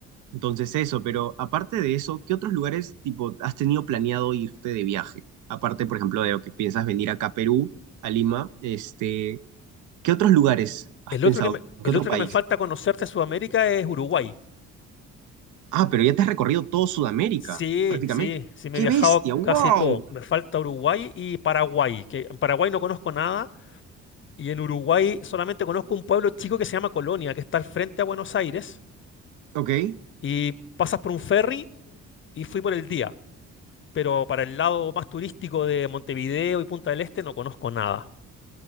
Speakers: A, on the right; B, on the left.
A: Entonces eso, pero aparte de eso, ¿qué otros lugares tipo has tenido planeado irte de viaje? Aparte, por ejemplo, de lo que piensas venir acá a Perú, a Lima, este, ¿qué otros lugares has
B: El
A: pensado?
B: otro que me, el
A: ¿Qué otro
B: otro
A: país?
B: que me falta conocer de Sudamérica es Uruguay.
A: Ah, pero ya te has recorrido todo Sudamérica,
B: Sí,
A: prácticamente.
B: sí, sí, me
A: ¡Qué
B: he viajado
A: bestia! ¡Wow!
B: casi todo. Me falta Uruguay y Paraguay, que en Paraguay no conozco nada y en Uruguay solamente conozco un pueblo chico que se llama Colonia, que está al frente a Buenos Aires
A: Ok.
B: y pasas por un ferry y fui por el día, pero para el lado más turístico de Montevideo y Punta del Este no conozco nada,